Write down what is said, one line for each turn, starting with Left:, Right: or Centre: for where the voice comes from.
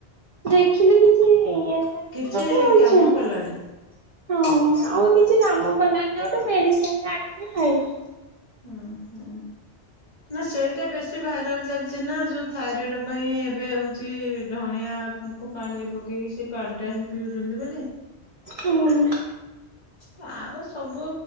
Right: ଦେ ଖିଲି କିଛି ଇଏ ହେଲାନାହିଁ
Left: କିଛି
Right: ଯୋଉଟା
Left: କାମ
Right: ଯା
Left: କଲାନି
Right: ହଁ ଆଉ କିଛି କାମ କଲାନି ଯୋଉଟା ମେଡିସିନ ଟେ ଆଣିକି ଖାଇବୁ।
Left: ହୁଁ ହୁଁ ନା ସେଇଟା ବେଶୀ ଭାଇରାଲ ଚାଲିଛି ନା ଯୋଉ-, ଥାଇରଏଡ଼ ପାଇଁ ଏବେ ହେଉଛି ଧଣିଆକୁ ପାଣିରେ ପକେଇକି ସେ ପାଣି ଟା ହିଁ ପିଉଛନ୍ତି ବୋଲି।
Right: ହୁଁ।
Left: ତାର ସବୁ